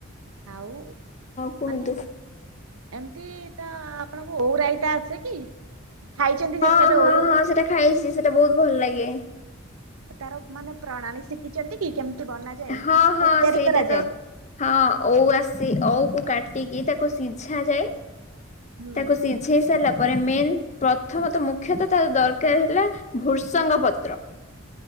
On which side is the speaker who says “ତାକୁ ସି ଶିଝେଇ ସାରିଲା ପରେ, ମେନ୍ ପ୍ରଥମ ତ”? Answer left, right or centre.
Left